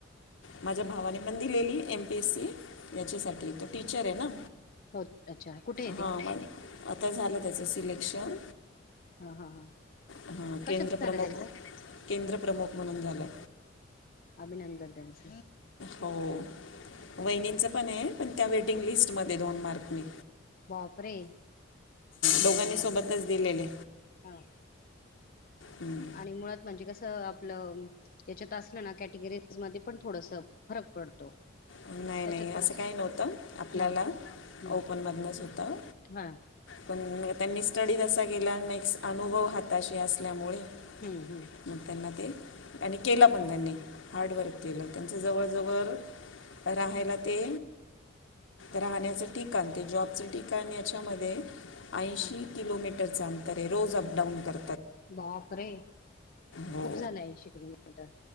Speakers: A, on the left; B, on the left.
A: माझ्या भावाने पण दिलेली एमपीएस सी याच्यासाठी तो टीचर आहे ना.
B: हो अच्छा! कुठे येते?
A: हां मग झालं त्याचं सिलेक्शन.
B: हा, हा, हा.
A: हा. केंद्र
B: कशात झालं
A: प्रमुख,
B: त्यांचं
A: केंद्र प्रमुख म्हणून झालं.
B: नंतर त्यांच
A: हो वहिनींचं
B: म
A: पण आहे पण त्या वेटिंग लिस्टमध्ये दोन मार्क नी.
B: बापरे! अं
A: दोघांनी सोबतच दिलेले
B: हा.
A: हम्म.
B: आणि मुळात म्हणजे कस आपलं त्याच्यात असलं ना कॅटेगरीज मध्ये पण थोडस फरक पडतो.
A: नाही,
B: त्याच्यात
A: नाही
B: पण
A: असं काही नव्हतं आपल्याला
B: नव्हतं ना हम्म
A: ओपनमधनच होतं.
B: हा
A: पण त्यांनी स्टडी तसा केल्यान एक अनुभव हाताशी असल्यामुळे
B: हम्म हम्म
A: मग त्यांना ते आणि केला पण त्यांनी हार्डवर्क केलं त्यांच्या जवळजवळ राहायला ते राहण्याचं ठिकाण ते जॉबचं ठिकाण याच्यामध्ये ऐंशी
B: हा
A: किलोमीटरचं अंतर आहे रोज अपडाऊन कर
B: बाप रे!
A: हो
B: खूप झालं ऐंशी किलोमीटर.